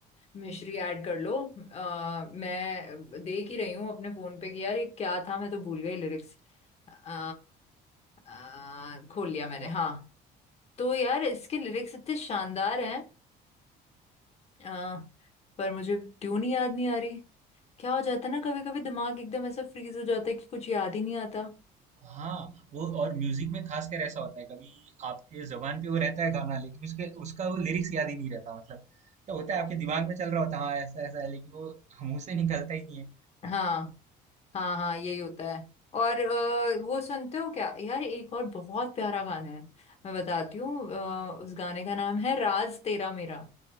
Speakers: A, on the left; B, on the right.
A: मिश्री ऐड कर लो आ, मैं देख ही रही हूँ अपने फोन पे कि यार ये क्या था मैं तो भूल गई लिरिक्स आ, आ, खोल लिया मैंने
B: तो
A: हाँ तो यार इसके लिरिक्स इतने शानदार हैं आ, पर मुझे ट्यून ही याद नहीं आ रही क्या हो जाता है ना कभी कभी दिमाग एकदम ऐसा फ्रीज हो जाता है कि कुछ याद ही नहीं आता
B: हाँ वो और म्यूजिक में खास कर ऐसा होता है कभी आपके जबान पे वो रहता है गाना लेकिन उसके उसका वो लिरिक्स याद ही नहीं रहता मतलब तो होता है आपके दिमाग में चल रहा होता है हाँ ऐसा ऐसा है लेकिन वो मुंह से निकलता ही नहीं है
A: हाँ हाँ हाँ यही होता है और अ, वो सुनते हो क्या यार एक और बहुत प्यारा गाना है मैं बताती हूँ अ, उस गाने का नाम है राज तेरा मेरा